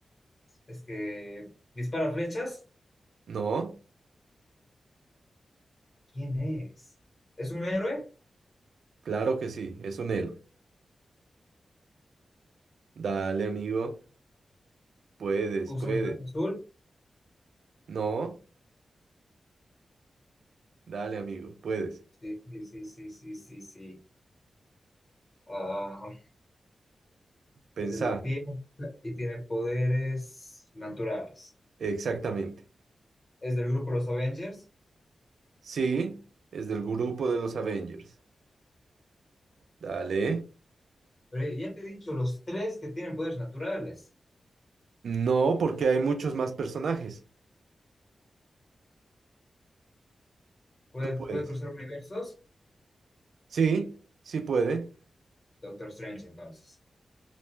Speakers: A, on the left; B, on the right.
A: es que dispara flechas.
B: No,
A: ¿Quién es? ¿Es un héroe?
B: claro que sí, es un héroe. Dale, amigo, puedes,
A: ¿Usa
B: puedes.
A: un traje azul?
B: No, dale, amigo, puedes.
A: Sí, sí, sí, sí, sí, sí, sí. Ah,
B: Pensá,
A: es de la Tierra y tiene poderes naturales.
B: exactamente.
A: Es del grupo Los Avengers.
B: Sí, es del grupo de los Avengers. Dale.
A: Pero ya te he dicho, los tres que tienen poderes naturales.
B: No, porque hay muchos más personajes.
A: Puede,
B: Tú puedes.
A: puede cruzar universos.
B: Sí, sí puede.
A: Doctor Strange, entonces.